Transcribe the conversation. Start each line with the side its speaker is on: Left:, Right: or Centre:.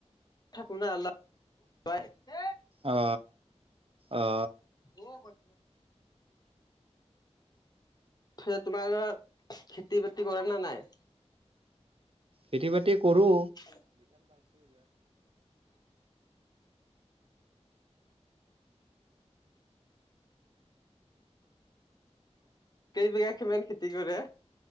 Left: থাকো না অলপ <unintelligible>
Right: অ অ
Left: অ হয় থে তোমালোকৰ থে খেতি বাতি কৰে নে নাই
Right: খেতি বাতি কৰোঁ
Left: <unintelligible> <unintelligible> কেইবিঘা কিমান খেতি কৰে